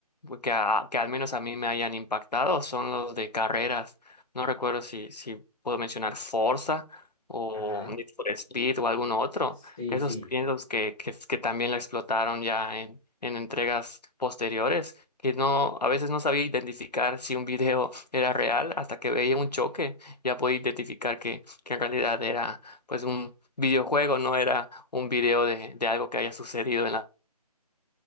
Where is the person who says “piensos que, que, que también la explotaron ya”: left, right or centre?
Left